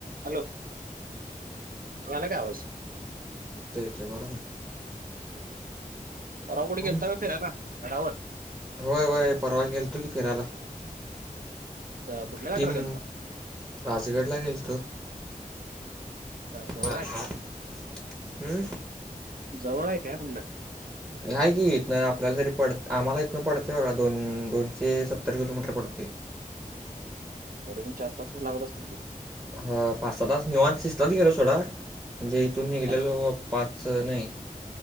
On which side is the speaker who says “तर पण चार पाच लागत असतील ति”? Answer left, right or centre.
Right